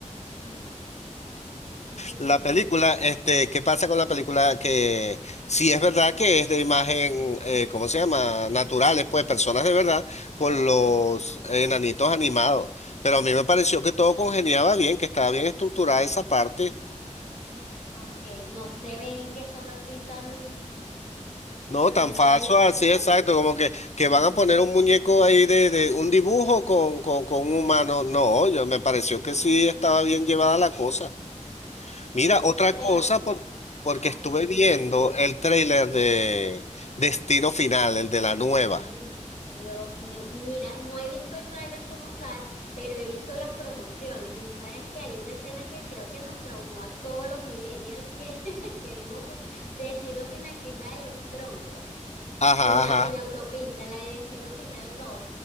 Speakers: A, on the left (about 85°); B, on the left (about 60°).
A: Ajá. <laughs>
B: la película, este, ¿qué pasa con la película? Que sí es verdad que es de imagen, eh, ¿cómo se llama? Naturales, pues, personas de verdad, con los enanitos animados. Pero a mí me pareció que todo congeniaba bien, que estaba bien estructurada esa parte.
A: Ok, no se ven que son así tan,
B: No,
A: tan animal.
B: tan falso,
A: <laughs>
B: así exacto, como que, que van a poner un muñeco ahí de, de un dibujo con, con, con un humano. No, yo me pareció que sí estaba bien llevada la cosa. Mira, otra
A: Sí, creo.
B: cosa, por- porque
A: Ajá.
B: estuve
A: di-
B: viendo el tráiler de Destino Final, el de la nueva.
A: Ay, Dios mío. Mira, no he visto el tráiler como tal, pero he visto las promociones. Y tú sabes que hay una escena que creo que nos traumó a todos los millennials que, <laughs> que vimos fue Destino Final, que es la de los troncos.
B: Ajá,
A: en la,
B: ajá,
A: en la autopista, en la de Destino Final dos